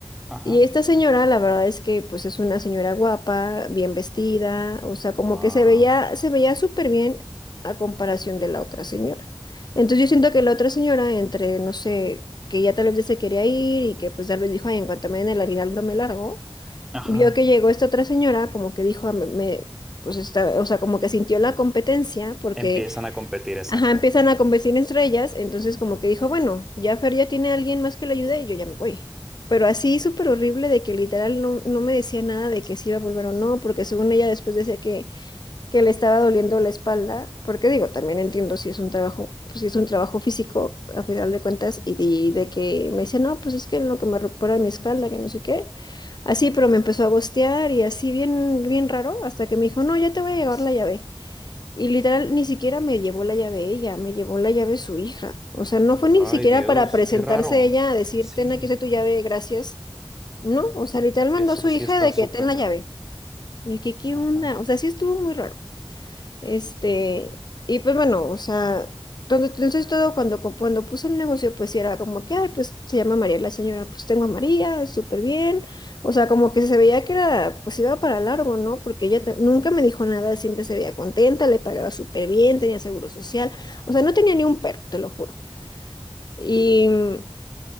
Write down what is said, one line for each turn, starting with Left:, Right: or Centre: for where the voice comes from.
Centre: ajá.
Left: Y esta señora, la verdad es que pues es una señora guapa, bien vestida, o sea, como
Centre: Wow.
Left: que se veía, se veía súper bien a comparación de la otra señora. Entonces yo siento que la otra señora, entre, no sé, que ya tal vez ya se quería ir y que pues tal vez dijo, ay, en cuanto me den el aguinaldo me largo,
Centre: Ajá.
Left: vio que llegó esta otra señora, como que dijo, "Ah, me, me-", pues esta, o sea, como que sintió la competencia porque
Centre: Empiezan a competir, exacto.
Left: Ajá, empiezan a convertir entre ellas, entonces como que dijo, bueno, ya Fer ya tiene a alguien más que le ayude y yo ya me voy. Pero así súper horrible de que literal no, no me decía nada de que si iba a volver o no, porque según ella después decía que, que le estaba doliendo la espalda, porque digo, también entiendo si es un trabajo, pues, si es un trabajo físico a final de cuentas, y, y de que me decía, no, pues es que lo que me recupera mi espalda, que no sé qué. Así, pero me empezó a gostear y así bien, bien raro, hasta que me dijo, no, ya te voy a llevar
Centre: Sí.
Left: la llave. Y literal, ni siquiera me llevó la llave ella, me llevó la llave su hija. O sea, no fue ni
Centre: Ay,
Left: siquiera
Centre: Dios,
Left: para presentarse
Centre: qué raro.
Left: ella a decir,
Centre: Sí,
Left: ten, aquí está tu llave, gracias. No, o
Centre: e-
Left: sea, literal mandó
Centre: eso
Left: a su hija
Centre: sí está
Left: de
Centre: súper
Left: que ten la llave.
Centre: raro.
Left: Y que, ¿qué
Centre: Ajá.
Left: onda? O sea, sí estuvo muy raro. Este, y pues bueno, o sea, todo- entonces todo cuando, co- cuando puse el negocio, pues sí era como que, ay, pues se llama María la señora, pues tengo a María, súper bien. O sea, como que se veía que era, pues iba para largo, ¿no? Porque ella ta- nunca me dijo nada, siempre se veía contenta, le pagaba súper bien, tenía seguro social. O sea, no tenía ni un perro, te lo juro. Y, mm,